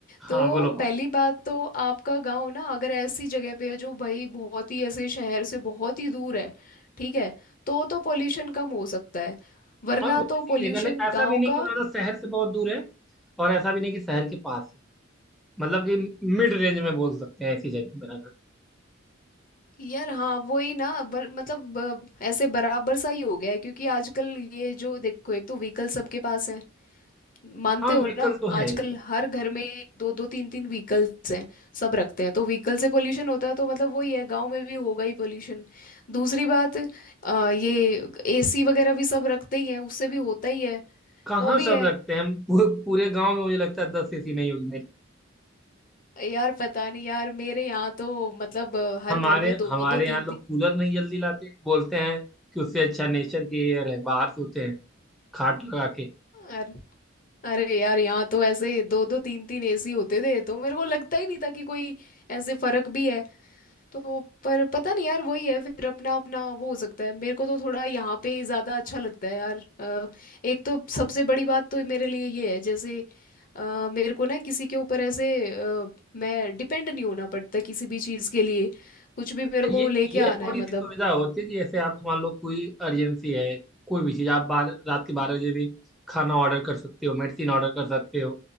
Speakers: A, in the centre; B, on the left.
A: हाँ
B: तो
A: बोलो
B: पहली बात तो आपका गांव ना अगर ऐसी जगह पे है जो भाई बहुत ही ऐसे शहर से बहुत ही दूर है ठीक है तो तो पॉल्यूशन कम हो सकता है वरना
A: हाँ वैसी
B: तो पॉल्यूशन
A: ही जगह नहीं ऐसा
B: गांव
A: भी नहीं
B: का
A: कि ज्यादा शहर से बहुत दूर है और ऐसा भी नहीं कि शहर के पास है मतलब कि मिड रेंज में बोल सकते हैं ऐसी जगह मेरा घर
B: यार हाँ वही ना बर, मतलब ब, ऐसे बराबर सा ही हो गया है क्योंकि आजकल ये जो देखो एक तो व्हीकल सबके पास है मानते
A: हाँ
B: हो
A: व्हीकल
B: ना
A: तो
B: आजकल
A: है ही
B: हर घर में एक दो दो तीन तीन व्हीकल्स हैं सब रखते हैं तो व्हीकल से पोल्यूशन होता है तो मतलब वही है गांव में भी होगा ही पोल्यूशन दूसरी बात अ, ये एसी वगैरह भी सब रखते ही हैं उससे भी होता ही है
A: कहाँ
B: वो
A: सब
B: भी है
A: रखते हैं पूरे, पूरे गांव में मुझे लगता है दस एसी नहीं होगी मेरी
B: यार पता नहीं यार मेरे यहाँ तो मतलब अ, हर
A: हमारे
B: घर में दो
A: हमारे
B: दो तीन
A: यहाँ लोग
B: तीन
A: कूलर नहीं जल्दी लाते बोलते हैं कि उससे अच्छा नेचर की एयर है बाहर सोते हैं खाट लगा के
B: अर- अरे यार यहाँ तो ऐसे दो दो तीन तीन एसी होते थे तो मेरे को लगता ही नहीं था कि कोई ऐसे फर्क भी है तो पर पता नहीं यार वही है फिर अपना अपना वो हो सकता है मेरे को तो थोड़ा यहाँ पे ज़्यादा अच्छा लगता है यार अ, एक तो सबसे बड़ी बात तो मेरे लिए ये है जैसे अ, मेरे को ना किसी के ऊपर ऐसे अ, मैं डिपेंड नहीं होना पड़ता किसी भी चीज़ के लिए कुछ भी मेरे
A: ये
B: को लेके
A: ये
B: आना
A: थोड़ी
B: है
A: सी
B: मतलब
A: सुविधा होती है कि जैसे आपको मान लो कोई अर्जेंसी है कोई भी चीज आप बार रात के बारह बजे भी खाना ऑर्डर कर सकते हो मेडिसिन ऑर्डर कर सकते हो